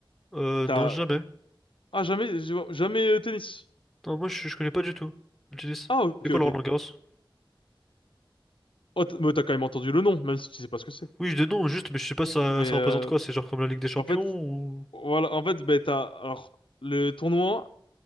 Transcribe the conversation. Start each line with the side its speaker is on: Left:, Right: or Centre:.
Centre: Euh,
Left: T'as
Centre: non, jamais.
Left: ah jamais jamais euh, tennis.
Centre: Non, moi, je, je connais pas du tout. le tennis.
Left: Ah ok
Centre: C'est quoi
Left: ok.
Centre: le Roland-Garros?
Left: Oh, t- mais t'as quand même entendu le nom, même si tu sais pas ce que c'est.
Centre: Oui, de nom, juste, mais je sais pas, ça,
Left: Mais
Centre: ça
Left: euh,
Centre: représente quoi? C'est genre comme la Ligue des Champions
Left: en fait,
Centre: ou.
Left: voilà, en fait, ben t'as alors le tournoi.